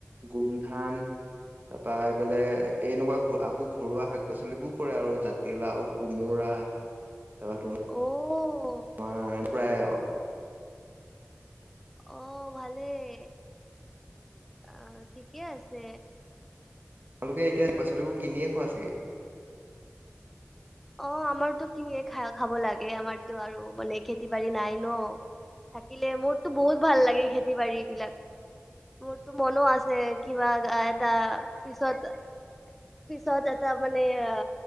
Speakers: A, on the right; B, in the centre.
A: গোমধান তাৰপা এইফালে এনেকুৱা ঘ আকৌ ঘৰুৱা শাক পাচলিবো কৰে আৰু জাতিলাও কোমোৰা তাৰপা টোম
B: অ
A: তোমাৰ প্ৰায় আউ
B: অ', ভালেই, আহ, ঠিকে আছে
A: তোমালোকে এতিয়া পাচলিবোৰ কিনিয়ে খোৱা চাগে?
B: অ' আমাৰতো কিনিয়ে খাই-খাব লাগে, আমাৰতো আৰু মানে খেতি বাৰী নাই ন থাকিলে মোৰতো বহুত ভাল লাগে খেতি বাৰী বিলাক মোৰতো মনো আছে কিবা আ এটা পিছত পিছত এটা মানে অ